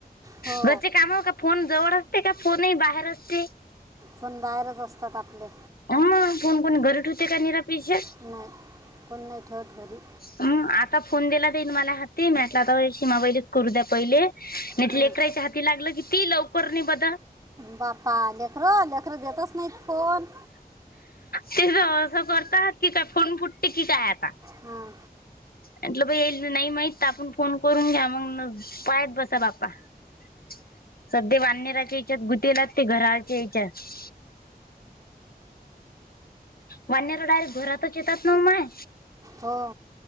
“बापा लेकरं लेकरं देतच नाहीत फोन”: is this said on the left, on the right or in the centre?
Right